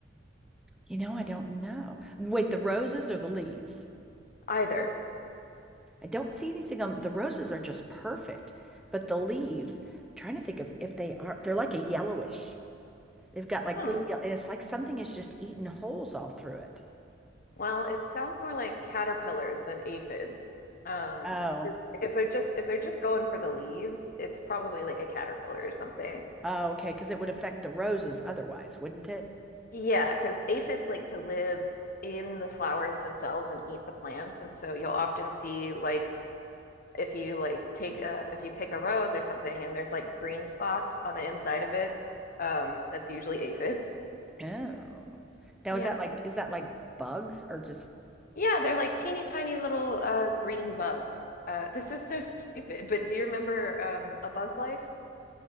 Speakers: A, in the centre; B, on the left.
A: You know, I don't know. Wait, the roses or the leaves?
B: Either.
A: I don't see anything on the roses are just perfect, but the leaves, I'm trying to think of if they are, they're like a yellowish. They've got like
B: Huh.
A: little, yellow, and it's like something is just eating holes all through it.
B: Well, it sounds more like caterpillars than aphids. Um,
A: Oh,
B: 'cause if they're just if they're just going for the leaves, it's probably like a caterpillar or something.
A: oh, okay, because it would affect the roses otherwise, wouldn't it?
B: Yeah, because aphids like to live in the flowers themselves and eat the plants, and so you'll often see like if you like take a if you pick a rose or something and there's like green spots on the inside of it, um, that's usually aphids.
A: Oh. Now
B: Yeah.
A: is that like is that like bugs or just
B: Yeah, they're like teeny tiny little uh green bugs. Uh, this is so stupid, but do you remember um A Bug's Life?